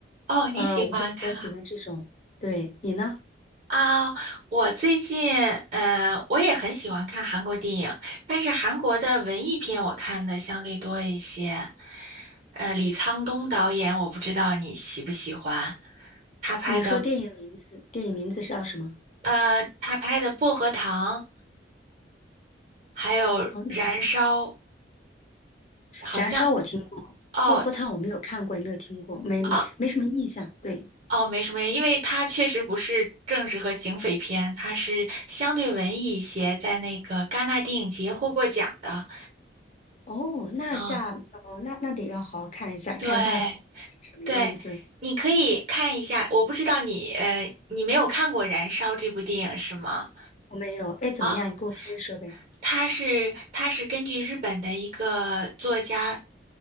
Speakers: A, on the right; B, on the left.
A: 哦，你喜欢看啊？
B: 呃，我是比较喜欢这种。对，你呢？
A: 啊，我最近，呃，我也很喜欢看韩国电影，但是韩国的文艺片我看的相对多一些。呃，李沧东导演，我不知道你喜不喜欢，他拍的，
B: 你说电影名字，电影名字是叫什么？
A: 呃，他拍的《薄荷糖》，还有《燃烧》，
B: 哦，那
A: 好像，
B: 燃烧我听过，
A: 哦，
B: 薄荷糖我没有看过，也没有听过，没没什么印象。
A: 啊
B: 对，
A: 哦，没什么呀，因为它确实不是政治和警匪片，它是相对文艺一些，在那个戛纳电影节获过奖的。
B: 哦，那下哦，
A: 嗯，
B: 那那得要好好看一下，
A: 对
B: 看一下后面是什么样子。
A: 对，你可以看一下。我不知道你呃，你没有看过《燃烧》这部电影是吗？
B: 我没有，哎，怎么样？
A: 啊。
B: 你跟我说一说呗。
A: 它是它是根据日本的一个作家